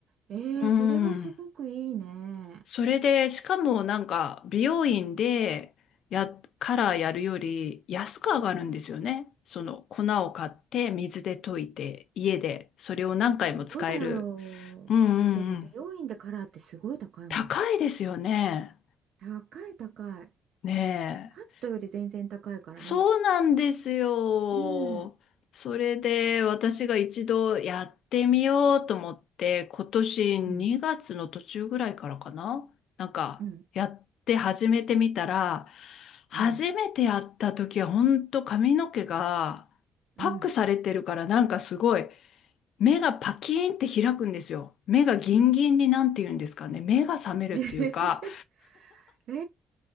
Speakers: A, on the right (about 70°); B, on the left (about 70°).
A: ええ、
B: うん。
A: それはすごくいいね。
B: それで、しかもなんか、美容院で、や、カラーやるより安く上がるんですよね。
A: うん
B: その粉を買って水で溶いて家でそれを何回も使える。
A: そうだよ。
B: うんうんうん。
A: だって今、美容院でカラーってすごい高いもん。
B: 高いですよね。
A: 高い高い。
B: ねえ。
A: カットより全然高いからね。
B: そうなんですよ。
A: うん。
B: それで私が一度やってみようと思って、今年2月の途中ぐらいからかななんかやって始めてみたら、
A: うん。うん。
B: 初めてやった時は本当髪の毛がパックされてるからなんかすごい
A: うん。うん。
B: 目がパキーンって開くんですよ。目がギンギンになんて言うんですかね。目が覚めるっていうか、
A: <laughs> ええ、